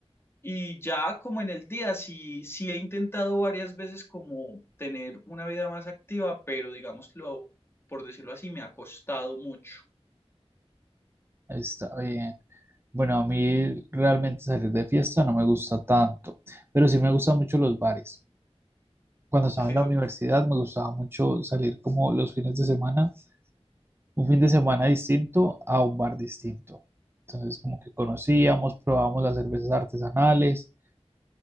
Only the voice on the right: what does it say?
está bien. Bueno, a mí realmente salir de fiesta no me gusta tanto, pero sí me gustan mucho los bares. cuando
estaba en la universidad me gustaba mucho salir como los fines de semana, un fin de semana distinto a un bar distinto. Entonces como que conocíamos, probábamos las cervezas artesanales